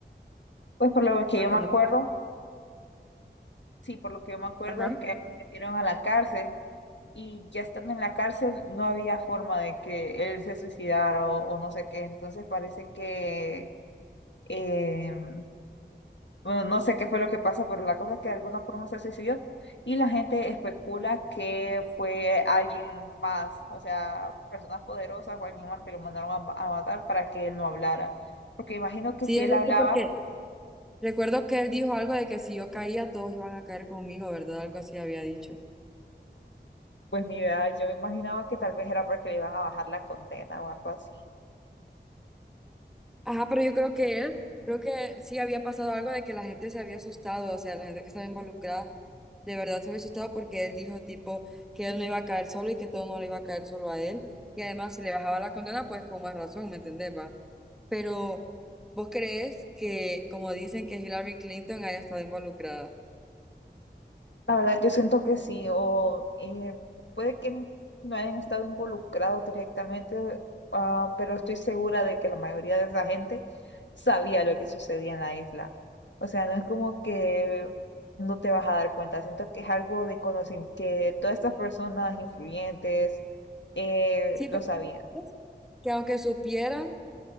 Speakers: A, on the left; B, in the centre.
A: Pues por lo que
B: porque
A: yo me acuerdo,
B: no.
A: sí, por lo que yo me acuerdo
B: Ajá.
A: es que lo metieron a la cárcel y ya estando en la cárcel no había forma de que él se suicidara o, o no sé qué, entonces parece que em, Bueno, no sé qué fue lo que pasó, pero la cosa es que de alguna forma se suicidó y la gente especula que fue alguien más, o sea, personas poderosas o alguien más que lo mandaron a, ma- a matar para que él no hablara. Porque imagino que
B: Sí,
A: si
B: es
A: él
B: cierto,
A: hablaba,
B: porque recuerdo que él dijo algo de que si yo caía, todos iban a caer conmigo, ¿verdad? Algo así había dicho.
A: pues mi idea, yo imaginaba que tal vez era porque le iban a bajar la condena o algo así.
B: Ajá, pero yo creo que él, creo que sí había pasado algo de que la gente se había asustado, o sea, la gente que estaba involucrada de verdad se había asustado porque él dijo tipo que él no iba a caer solo y que todo no le iba a caer solo a él. Y además, si le bajaba la condena, pues con más razón, ¿me entendés, va? Pero, ¿vos crees que, como dicen, que Hillary Clinton haya estado involucrada?
A: La verdad, yo siento que sí, o eh, puede que n- no hayan estado involucrados directamente, ah, pero estoy segura de que la mayoría de esa gente sabía lo que sucedía en la isla. O sea, no es como que no te vas a dar cuenta, siento que es algo de conocimiento, que todas estas personas influyentes eh,
B: Sí,
A: lo
B: pero
A: sabían.
B: ¿crees que aunque supieran